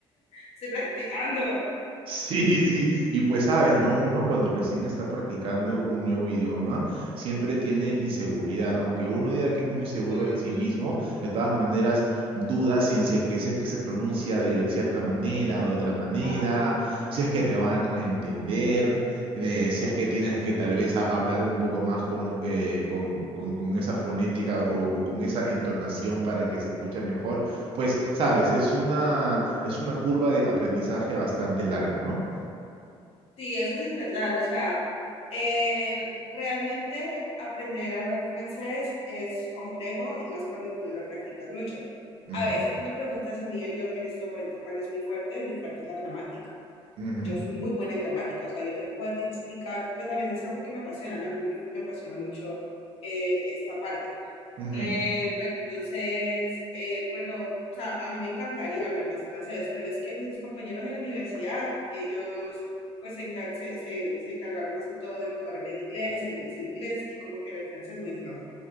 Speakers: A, on the left; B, on the right.
A: estoy practicando.
B: Sí, sí, y pues sabes, ¿no? Uno cuando recién está practicando un nuevo idioma siempre tiene inseguridad, aunque uno diga que es muy seguro
A: Ujú,
B: de sí mismo, de todas maneras dudas en si, que si es que se pronuncia de cierta manera o de otra manera,
A: Ajá,
B: si es que te van a entender, eh, si es que tienes que tal
A: sí.
B: vez a- hablar un poco más con, eh, con, con- con esa fonética o, o con esa entonación para que se escuche mejor pues, sabes, es una, es una curva de aprendizaje bastante larga, ¿no?
A: Sí, eso sí es verdad. O sea, eh, realmente aprender a hablar francés es complejo y más cuando tú no lo practicas mucho.
B: Ujú,
A: A ver, si tú me preguntas a mí, Elio, en este momento, ¿cuál es mi fuerte? Mi fuerte es la gramática.
B: ujú,
A: Yo soy muy buena en gramática, o sea, yo te puedo te explicar, pues también es algo que me apasiona, ¿no? A mí me, me apasiona mucho eh, esta parte.
B: ujú,
A: Eh, pero entonces, eh, pero, o sea, a mí me encantaría hablar más francés, pero es que mis compañeros en la universidad, ellos pues se, encar- se, se- se encargaron más que todo de mejorar el inglés, el inglés, el inglés, y como que era el francés muy flojo.